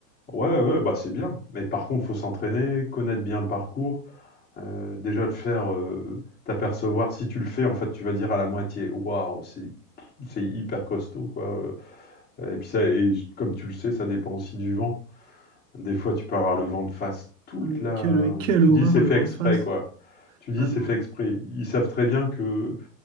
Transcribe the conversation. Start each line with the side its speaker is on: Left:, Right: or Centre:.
Left: ouais, ouais, bah c'est bien. Mais par contre, faut s'entraîner, connaître bien le parcours euh, déjà le faire, euh, t'apercevoir, si tu le fais, en fait, tu vas dire à la moitié, waouh, c'est c'est hyper costaud quoi. Euh, Et puis ça, et comme tu le sais, ça dépend aussi du vent. Des fois, tu peux avoir le vent de face toute
Right: Euh,
Left: la.
Right: quelle, quelle
Left: Tu
Right: horreur
Left: dis c'est
Right: le
Left: fait
Right: vent
Left: exprès
Right: de face.
Left: quoi. Tu dis
Right: Ah
Left: c'est
Right: non.
Left: fait exprès. Ils savent très bien que